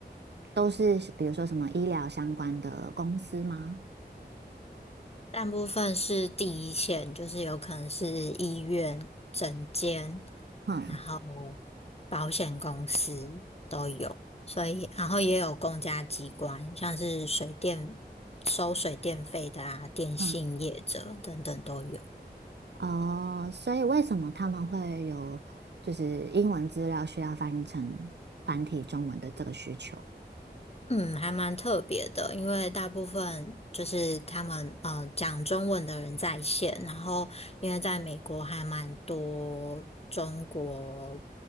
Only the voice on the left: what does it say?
大部分是第一线，就是有可能是医院、诊间，
然后保险公司都有，所以然后也有公家机关，像是水电收水电费的啊，电信业者等等都有。
嗯，还蛮特别的，因为大部分就是他们呃讲中文的人在线，然后因为在美国还蛮多中国